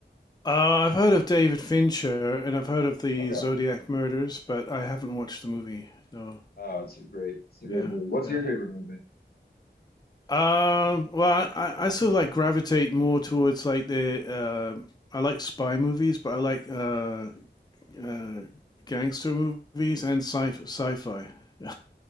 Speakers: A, on the left; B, on the left.
A: Uh, I've heard of David Fincher and I've heard of the
B: Okay.
A: Zodiac murders, but I haven't watched the movie. No.
B: Oh, it's a great, it's a great
A: Yeah.
B: movie. What's
A: Yeah.
B: your favorite movie?
A: Um, well, I, I sort of like gravitate more towards like the uh, I like spy movies, but I like uh, uh, gangster movies and sci sci-fi. <laughs>